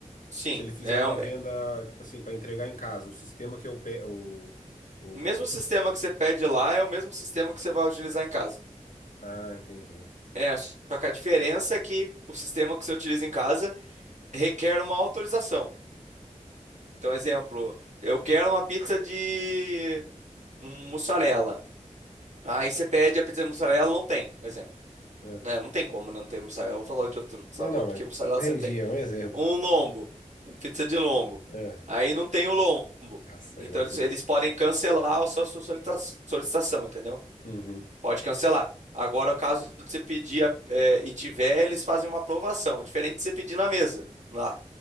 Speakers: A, on the right; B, on the left.
A: sim.
B: Se ele fizer
A: É
B: uma
A: o me-
B: venda, tipo assim, para entregar em casa, o sistema que eu pego. O,
A: o mesmo
B: o...
A: sistema que você pede lá, é o mesmo sistema que você vai utilizar em casa.
B: Ah, entendi.
A: É, só que a diferença é que o sistema que você utiliza em casa requer uma autorização. Então, exemplo, eu quero uma pizza de um mussarela. Aí você pede a pizza de mussarela, não tem, por exemplo.
B: É.
A: né? não tem como não ter mussarela. Eu Vou falar de outro sabor,
B: Não, não,
A: porque
B: mas
A: mussarela
B: entendi,
A: sempre tem.
B: é um exemplo.
A: Um lombo, pizza de lombo.
B: É.
A: Aí não tem o lombo.
B: Nossa,
A: Então
B: aí vai
A: eles,
B: tu.
A: eles podem cancelar a sua, sua solicita- solicitação, entendeu?
B: Uhum,
A: Pode cancelar. Agora, caso você pedir a- é, e tiver, eles fazem uma aprovação. Diferente de você pedir na mesa, lá.